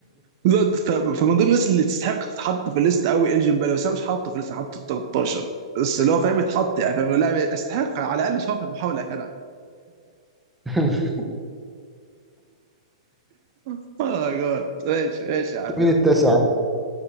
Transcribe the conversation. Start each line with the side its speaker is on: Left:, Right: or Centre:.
Right: بالظبط ف- فمن ضمن الناس اللي تستحق تتحط في الليست قوي انجن بلا بس انا مش حاطه في الليست حاطه في 13 بس اللي هو فاهم يتحط يعني فاهم لاعب يستحق على الاقل شاف المحاوله يا جدع
Centre: <laughs>
Right: اوه ماي جاد ماشي ماشي يا
Centre: أنت
Right: عمنا
Centre: مين التاسع عندي؟